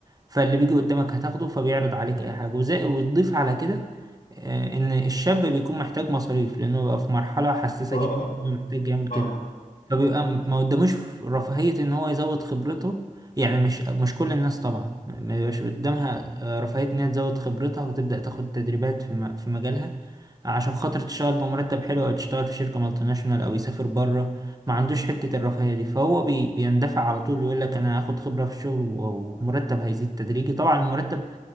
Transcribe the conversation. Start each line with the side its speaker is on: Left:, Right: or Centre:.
Right: فاللي بيجي قدامك هتاخده فبيعرض عليك اي حاجة وزي وتضيف على كده آه، ان الشاب بيكون محتاج مصاريف لانه بقى في مرحلة حساسة
Left: اه
Right: جدا
Left: اه
Right: إنه محتاج يعمل كده
Left: فاهمك
Right: فبيبقى م- ما قداموش ف- رفاهية ان هو يزود خبرته يعني مش مش كل الناس طبعا ما بيبقاش قدامها آه، رفاهية ان هي تزود خبرتها وتبدأ تاخد تدريبات في م- في مجالها عشان خاطر تشتغل بمرتب حلو او تشتغل في شركة مالتي ناشونال او يسافر بره ما عندوش حتة الرفاهية دي فهو بي بيندفع على طول يقول لك انا هاخد خبرة في الشغل و- ومرتب هيزيد تدريجي طبعا المرتب